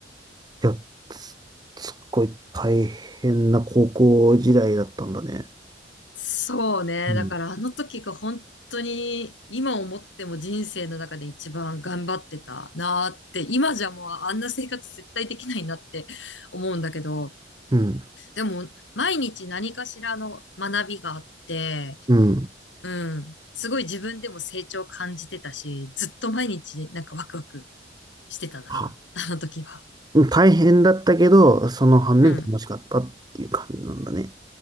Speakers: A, on the right (about 20°); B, on the left (about 85°).
A: いや、すすっごい大変な高校時代だったんだね。
B: そうね。
A: うん。
B: だからあの時が本当に今思っても人生の中で一番頑張ってたなーって、今じゃもうあんな生活絶対できないなって <laughs> 思うんだけど、
A: うん。
B: でも毎日何かしらの学びがあって、
A: うん。
B: うん、すごい自分でも成長感じてたし、ずっと毎日なんかワクワクしてたな、
A: は、
B: あの時は。
A: 大変だったけど、その反面楽しかったっていう感じなんだね。
B: うん。